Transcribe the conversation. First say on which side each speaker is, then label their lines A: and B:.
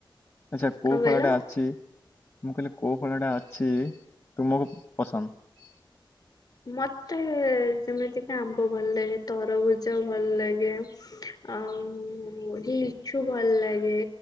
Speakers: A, on the left; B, on the left.
A: ଆଛା କୋଉ
B: କଣ କହିଲ?
A: ଫଳଟା ଅଛି। ମୁଁ କହିଲି କୋଉ ଫଳ ଟା ଅଛି ତୁମକୁ ପସନ୍ଦ।
B: ମତେ ଯେମିତି କି ଆମ୍ବ ଭଲ ଲାଗେ ତରଭୁଜ ଭଲ ଲାଗେ ଆଉ ଲିଚୁ ଭଲ ଲାଗେ।